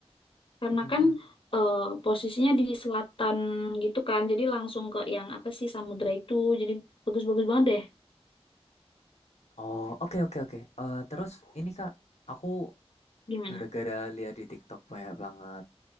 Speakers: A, on the left (about 50°); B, on the left (about 85°).
A: Karena
B: Mm, mm,
A: kan
B: mm.
A: eh, posisinya di selatan gitu kan. Jadi langsung ke yang apa sih samudra itu. Jadi bagus-bagus banget deh.
B: Oh, oke oke oke. Eh, terus ini Kak, aku
A: Gimana?
B: gara-gara lihat di TikTok banyak banget